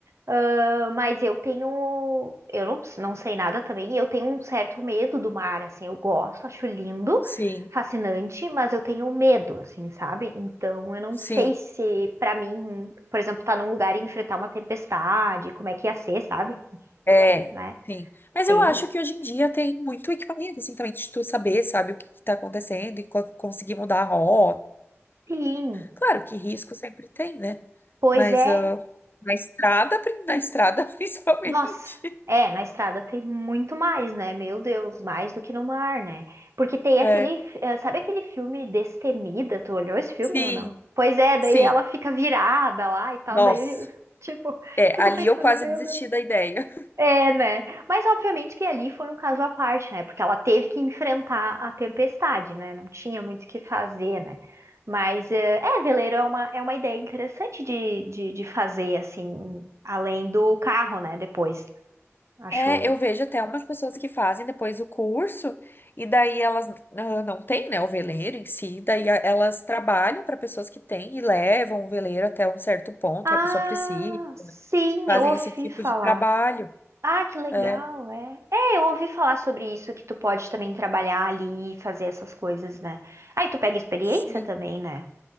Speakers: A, on the right (about 70°); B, on the left (about 45°).
A: Ah, mas eu tenho. Eu não, não sei nada também. e Eu tenho um certo medo do mar, assim. Eu gosto, acho lindo,
B: Sim,
A: fascinante, mas eu tenho medo, assim, sabe? Então eu não
B: sim.
A: sei se, pra mim, por exemplo, estar num lugar e enfrentar uma tempestade, como é que ia ser, sabe?
B: É,
A: Porque, né?
B: sim. Mas
A: Tem
B: eu acho
A: isso.
B: que hoje em dia tem muito equipamento, assim, também de tu saber, sabe, o que que tá acontecendo e co- conseguir mudar a rota.
A: Sim,
B: Claro que risco sempre tem, né?
A: pois
B: Mas
A: é.
B: ah, na estrada, pri- na estrada <laughs> principalmente.
A: Nossa, é, na estrada tem muito mais, né? Meu Deus, mais do que no mar, né? Porque tem
B: É,
A: aquele, eh, sabe aquele filme Destemida? Tu olhou esse filme
B: sim,
A: ou não? Pois é, daí
B: sim.
A: ela fica virada lá e tal,
B: Nossa,
A: daí, <laughs> eu, tipo,
B: é,
A: fico
B: ali
A: pensando,
B: eu quase
A: meu
B: desisti
A: Deus.
B: da ideia.
A: É, né? Mas obviamente que ali foi um caso à parte, né? Porque ela teve que enfrentar a tempestade, né? Não tinha muito o que fazer, né? Mas eh, é, veleiro é uma, é uma ideia interessante de, de, de fazer, assim, além do carro, né? Depois. Acho.
B: É, eu vejo até umas pessoas que fazem depois o curso e daí elas ah, não têm, né, o veleiro em si, daí a- elas trabalham para pessoas que têm e levam o veleiro até um certo ponto
A: Ah,
B: que a pessoa precisa,
A: sim,
B: fazem
A: eu ouvi
B: esse tipo
A: falar.
B: de trabalho.
A: Ah, que legal,
B: É,
A: é. É, eu ouvi falar sobre isso, que tu pode também trabalhar ali e fazer essas coisas, né? Aí tu pega experiência
B: sim.
A: também, né?